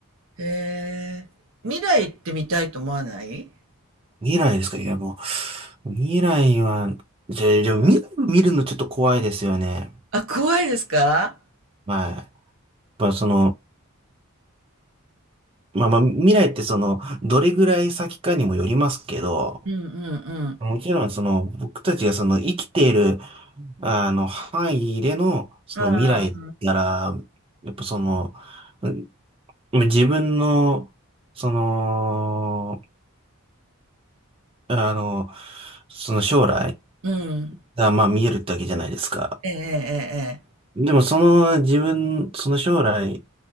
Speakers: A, on the right; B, on the right.
A: え。未来行ってみたいと思わない
B: 未来ですかいや、もう、未来は、じゃあ、でも未来を見るのちょっと怖いですよね。
A: あ、怖いですか
B: はい。まあ、その、まあまあ、未来ってその、どれぐらい先かにもよりますけど、
A: うんうん
B: もちろんその、僕たちがその、生きている、あの、範囲での、その未来なら、
A: うん。ああ、
B: やっぱその、うん自分の、その、あの、その将来
A: うん。
B: が、まあ見えるってわけじゃないですか。
A: ええええええ。
B: でもその自分、その将来